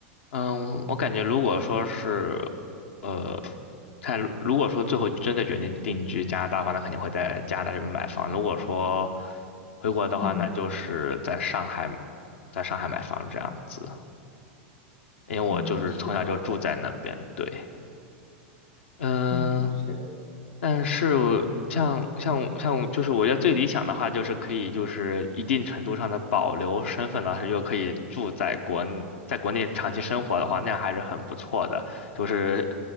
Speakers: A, on the left; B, on the left.
A: 嗯，我感觉如果说是，呃，看如如果说最后真的决定定居加拿大的话，那肯定会在加拿大这边买房。如果说回国的话，
B: 嗯
A: 那就是在上海，在上海买房这样子。因为我就是从小就住在那边，
B: 嗯，是的，
A: 对，嗯，
B: 嗯是。
A: 但是我像像像我就是我觉得最理想的话，就是可以就是一定程度上的保留身份，但是又可以住在国内在国内长期生活的话，那样还是很不错的。就是